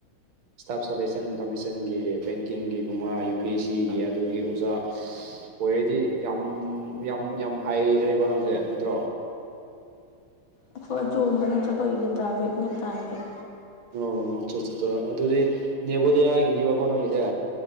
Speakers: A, on the right (about 80°); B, on the left (about 65°).
A: ꯏꯁꯇꯥꯞ ꯁꯂꯦꯛꯁꯟ ꯀꯃꯤꯁꯟꯒꯤ ꯕꯦꯡꯀꯤꯡꯒꯤꯒꯨꯝꯕ ꯌꯨ ꯄꯤ ꯑꯦꯁ ꯁꯤꯒꯤ ꯑꯗꯨꯒꯤ ꯑꯣꯖꯥ
B: ꯎꯝ
A: ꯑꯣꯏꯔꯗꯤ ꯌꯥꯝ ꯌꯥꯝ ꯌꯥꯝ ꯍꯩꯒꯔ꯭ꯦꯕ ꯅꯪꯁꯦ ꯅꯠꯇ꯭ꯔꯣ
B: ꯑꯩꯈꯣꯏ ꯑꯗꯨꯒꯨꯝꯕ ꯅꯠꯇꯦ ꯑꯩꯈꯣꯏꯒꯤꯗꯤ ꯄ꯭ꯔꯥꯏꯚꯦꯠꯅꯤ ꯄ꯭ꯔꯥꯏꯚꯦꯠ
A: ꯑꯣ ꯆꯠ ꯆꯠ ꯆꯠ ꯑꯗꯨꯗꯤ ꯅꯦꯕꯣꯗꯤꯌꯥꯒꯤꯅꯦꯕꯀꯣ ꯅꯣꯏꯒꯤꯁꯦ